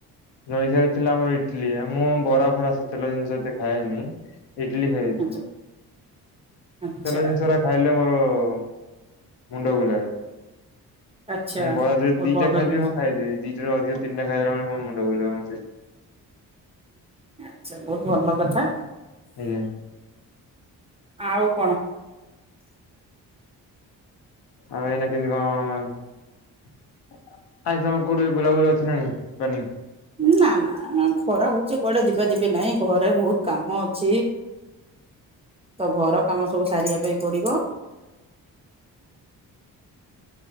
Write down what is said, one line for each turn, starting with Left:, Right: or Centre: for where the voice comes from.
Left: ଜଳଖିଆ ରେ ଥିଲା ଆମର ଇଟିଲି ମୁଁ ବରା ଫରା ସେ ତେଲ ଜିନିଷ ଏତେ ଖାଏନି। ଇଟଲି ଖାଇ ଦେଇଥିଲି।
Right: ଆଚ୍ଛା ଆଚ୍ଛା
Left: ତେଲ ଜିନିଷଟା ଖାଇଲେ ମୋର ମୁଣ୍ଡ ବୁଲାଏ।
Right: ଆଚ୍ଛା।
Left: ମୁଁ ବରା ଯଦି
Right: ବହୁତ
Left: ଦିଟା
Right: ଭଲ
Left: ଖାଇଦେବି
Right: ଜିନିଷ
Left: ହଁ ଖାଇଦେବି ଦିଟାରୁ ଅଧିକ ତିନଟା ଖାଇଦେଲା ମାନେ ମୁଣ୍ଡ ବୁଲେଇବ <inaudible>
Right: ଆଚ୍ଛା ବହୁତ ଭଲ କଥା।
Left: ଆଜ୍ଞା।
Right: ଆଉ କଣ?
Left: ଆଉ ଏଇନା କେମିତି କଣ ଆ ତମର କୋଉଠି ବୁଲାବୁଲି ଅଛି ନା ନାଇଁ?
Right: ନା ନା ଖରା ହଉଛି କୁଆଡେ ଯିବା ଯିବି ନାଇଁ ଘରେ ବହୁତ କାମ ଅଛି। ତ ଘର କାମ ସବୁ ସାରିବା ପାଇଁ ପଡିବ।